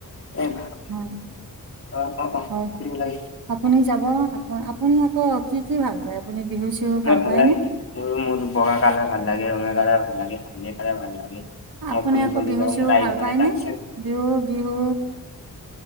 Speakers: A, on the left; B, on the right.
A: <unintelligible>
B: হয়।
A: অ', অ', অ',
B: হয়
A: কৰিব লাগে।
B: আপুনি যাব, আ-আপুনি আকৌ কি কি ভাল পায়? আপুনি বিহু চিহু
A: মই ভাল
B: পায়নে
A: লাগে, মোৰ -মোৰ বগা কালাৰ ভাল লাগে, ৰঙা কালাৰ ভাল লাগে, হালধীয়া কালাৰ ভাল লাগে।
B: আপুনি
A: মই ফুৰিবলৈ
B: আকৌ বিহু
A: যাওঁ,
B: চিহু
A: মোৰ আইফোন
B: ভাল পায়নে
A: এটা আছে।
B: বিহু- বিহু।